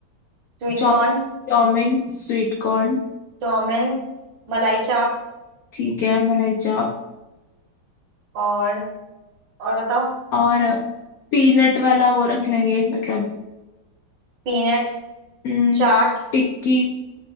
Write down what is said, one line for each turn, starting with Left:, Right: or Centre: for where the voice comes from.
Right: Sweet
Left: Chow
Right: corn
Left: chowmein sweet corn
Right: Chowmein मलाई चाप
Left: ठीक है मलाई चाप
Right: और और बताओ
Left: और पीनट वाला वो रख लेंगे मतलब
Right: पीनट
Left: हम्म,
Right: चाट
Left: टिक्की